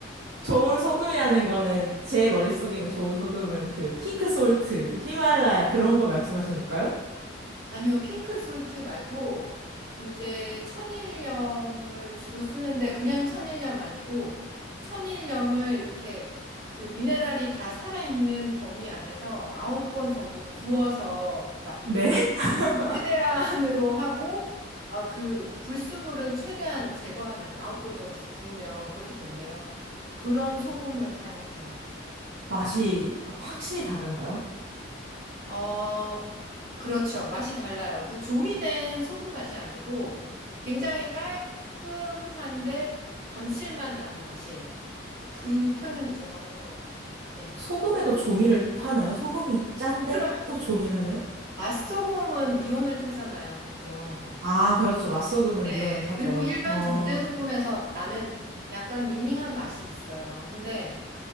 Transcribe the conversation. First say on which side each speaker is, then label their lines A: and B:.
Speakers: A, on the right (about 65°); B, on the right (about 45°).
A: 좋은 소금이라는 거는 제 머릿속에는 좋은 소금은 그 핑크 솔트, 히말라야 그런 거 말씀하시는 걸까요?
B: 아니요, 핑크 솔트 말고, 이제 천일염을 주로 쓰는데, 그냥 천일염 아니고, 천일염을 이렇게 그 미네랄이 다 살아있는 범위 안에서 아홉 번 정도 구워서, 그러니까
A: 네? <laughs>
B: 최대한으로 <laughs> 하고, 아, 그 불순물은 최대한 제거하는 아홉 번 정도 구우면 그렇게 된대요. 그런 소금을 사용해요.
A: 맛이
B: 예.
A: 확실히 다른가요?
B: 어, 그렇죠. 맛이 달라요. 그 조미된 소금 맛이 아니고 굉장히 깔끔한데 감칠맛 나는 맛이에요. 그 표현이 정확할 것 같아요. 예.
A: 소금에도 조미를 타나요? 소금이 짠데
B: 그럼
A: 또 조미를 하나요?
B: 맛소금은 미온을 타잖아요, 보통.
A: 아, 그렇죠. 맛소금은
B: 네.
A: 미온을 타죠.
B: 그리고 일반
A: 어,
B: 정제소금에서 나는 약간 닝닝한 맛이 있어요. 근데